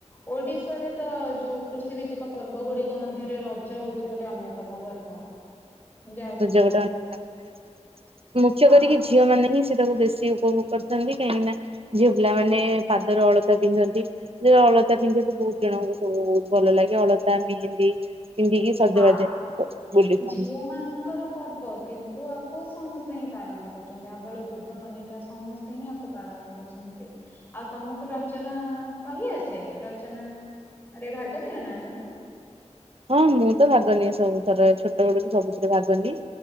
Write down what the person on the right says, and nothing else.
ରଜ
ଗୋଟେ ଅ <unintelligible> ମୁଖ୍ୟ
କରିକି ଝିଅମାନେ ହିଁ ସେଟାକୁ ବେଶୀ ଉପଭୋଗ କରିଥାନ୍ତି କାହିଁକି ନା ଝିଅ ପିଲାମାନେ ପାଦର ଅଳତା ପିନ୍ଧନ୍ତି। ଯେ ଅଳତା ପିନ୍ଧିବାକୁ ବହୁତ ଜଣଙ୍କୁ ସବୁ ବହୁତ ଭଲ ଲାଗେ ଅଳତା ମେହେନ୍ଦୀ ପିନ୍ଧିକି ସଜବାଜ
ବୁଲିଥାନ୍ତି।
ହଁ ମୁଁ ତ ଭାଗ ନିଏ ସବୁ ଥର ଛୋଟ ବଡୁକୁ ସବୁଥିରେ ଭାଗନିଏ।